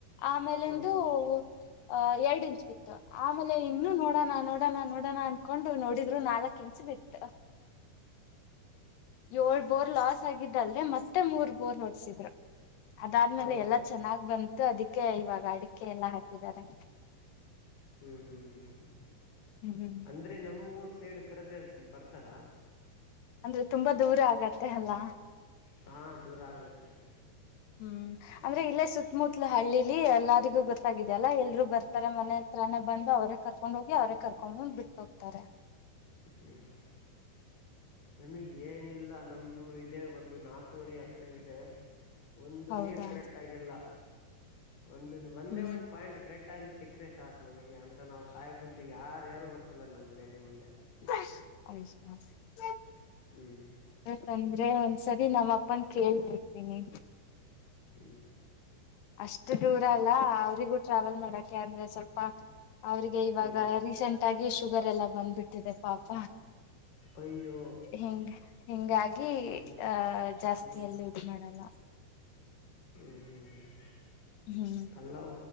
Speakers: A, on the left; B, on the left.
A: ಆಮೇಲೆಂದು
B: ಹ್ಮ್
A: ಅಹ ಎರಡ್ ಇಂಚ್ ಬಿತ್ತು ಆಮೇಲೆ ಇನ್ನುೂ ನೋಡೋಣ ನೋಡೋಣ ನೋಡೋಣ ಅನ್ಕೊಂಡು ನೋಡಿದ್ರು ನಾಲ್ಕ್ ಇಂಚ್ ಬಿತ್ತ
B: ಹ್ಮ್
A: ಏಳ್ ಬೋರ್ ಲಾಸ್ ಆಗಿದ್ದಲ್ದೆ ಮತ್ತೆ ಮೂರ್ ಬೋರ್ ನೋಡ್ಸಿದ್ರು ಅದಾದ್ಮೇಲೆ
B: ಹೌದಾ
A: ಎಲ್ಲಾ ಚೆನ್ನಾಗ್ ಬಂತು ಅದಕ್ಕೆ ಇವಾಗ ಅಡಿಕೆ ಎಲ್ಲಾ ಹಾಕಿದಿದ್ದಾರೆ
B: ಹ್ಮ್ ಹ್ಮ್ ಹ್ಮ್ ಹ್ಮ್
A: ಹ್ಮ್
B: ಅಂದ್ರೆ ನಮೂಊರ್ ಸೈಡ್ ಕದ್ರೆ ಬರ್ತಾರಾ
A: ಅಂದ್ರೆ ತುಂಬಾ ದೂರ ಆಗತ್ತೆ ಅಲ್ಲಾ
B: ಹಾ ದೂರ ಆಗತ್ತೆ
A: ಹ್ಮ್ ಅಂದ್ರೆ ಇಲ್ಲೇ ಸುತ್ತಮುತ್ತಲ ಹಳ್ಳಿಲಿ ಎಲ್ಲಾರಿಗೂ ಗೊತ್ತಾಗಿದಲ್ಲಾ ಎಲ್ರು ಬರ್ತಾರೆ ಮನೆ ಹತ್ರಾನೇ ಬಂದು ಅವ್ರೇ ಕರ್ಕೊಂಡ್ ಹೋಗಿ ಅವ್ರೇ ಕರ್ಕೊಂಡ್ ಬಂದು ಬಿಟ್ಟ ಹೋಗ್ತಾರೆ
B: ಹ್ಮ್ ಹ್ಮ್ ನಮಗ್ ಏನಿಲ್ಲ ನಮ್ದು ಇದೇ ಒಂದು ನಾಲ್ಕುವರಿ ಅಕರೆ ಇದೆ ಒಂದು
A: ಹೌದಾ
B: ನೀರ್ ಕರೆಕ್ಟ್ ಆಗಿಲ್ಲ ಒಂದ ಒಂದೇ
A: ಹ್ಮ್
B: ಒಂದ್ ಪಾಯಿಂಟ್ ಕರೆಕ್ಟ್ ಆಗಿ ಸಿಕ್ಕ್ರೆ ಸಾಕು ನಮಗೆ ಅಂತ ನಾವು ಆಯ್ಕ್ ಕುಂತು ಯಾರ ಯಾರು ಬರ್ತಿಲ್ಲ ನಮ್ಮ್ ಮನೆಯಲ್ಲಿ ಮುಂದೆ
A: ಹ
B: ಹ್ಮ್
A: ತಂದ್ರೆ ಒಂದ್ಸರಿ ನಮ್ಮ ಅಪ್ಪನ್ ಕೇಳ್ ನೋಡ್ತೀನಿ
B: ಹ್ಮ್
A: ಅಷ್ಟು ದೂರ ಅಲ್ಲ ಅವ್ರಿಗೂ ಟ್ರಾವೆಲ್ ಮಾಡಕೆ ಅಂದ್ರೆ ಸ್ವಲ್ಪ ಅವ್ರಿಗೆ ಇವಾಗ
B: ಹ್ಮ್
A: ರೀಸೆಂಟ್ ಆಗಿ ಶುಗರ್ ಎಲ್ಲ ಬಂದ್ಬಿಟ್ಟಿದೆ ಪಾಪ
B: ಅಯ್ಯೋ
A: ಹಿಂಗ ಹಿಂಗಾಗಿ
B: ಹ್ಮ್
A: ಆಹ ಜಾಸ್ತಿಯಲ್ಲಿ
B: ಹ್ಮ್
A: ಇದು ಮಾಡಲ್ಲ
B: ಹ್ಮ್ ಹ್ಮ್ ಹ್ಮ್
A: ಹ್ಮ್
B: ಅಲ್ಲ